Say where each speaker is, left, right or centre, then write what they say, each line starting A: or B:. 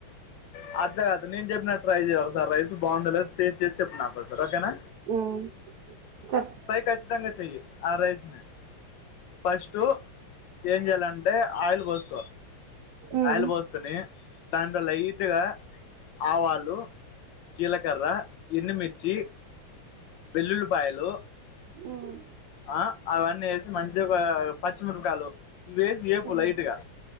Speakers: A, on the left; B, on the right.
A: <unintelligible> నేను చె <unintelligible> ట్రై చెయ్ ఒక సారి రైస్ బాగుందొ లేదు టేస్ట్ చేసి చెప్పు నాకు ఒకసారి ఓకేనా
B: ఉమ్. చెప్పు
A: కచ్చితంగా చెయ్యి ఆ రైస్ నీ ఫస్టు ఏం చేయ్యలంటే ఆయిల్ పోస్కో
B: ఉమ్.
A: ఆయిల్ పోస్ కొని దాంట్లో లైట్ గా ఆవాలు, జీలకర్ర, ఎండుమిర్చి వెల్లుల్లిపాయలు
B: ఉమ్.
A: ఆ అవన్నీ వేసి మంచిగా ఒక పచ్చిమిరపకాయలు ఇవి వేసి వేపు
B: ఉమ్.
A: లైట్ గా